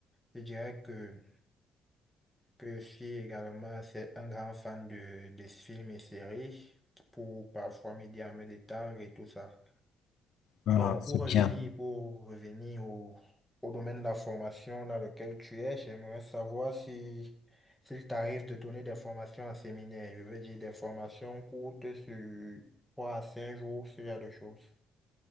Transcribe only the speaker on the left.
Ah,
c'est
bien.